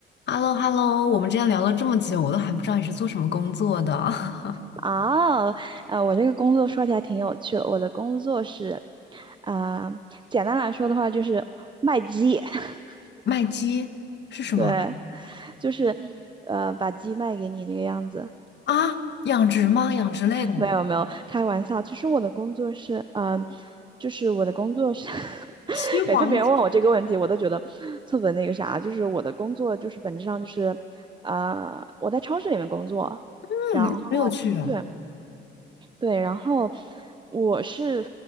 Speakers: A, on the left; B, on the right.
A: h e l l o h e l l o 我们之前聊了这么久，我都还不知道你是做什么工作的。<laughs>
B: 啊，呃，我这个工作说起来挺有趣的。我的工作是，啊、简单来说的话就是卖鸡，<laughs>
A: 卖鸡是什么
B: 对，就是呃把鸡卖给你这个样子。
A: 啊？养殖吗？养殖类的？
B: 没有没有，开玩笑。其实我的工作是，嗯、就是我的工作是，<laughs>
A: 虚黄？
B: 每次别人问我这个问题，
A: 一下
B: 我都觉得特别那个啥。就是我的工作就是本质上就是，呃，我在超市里面工作，
A: 嗯，
B: 然后
A: 没有去。
B: 对。对，然后我是，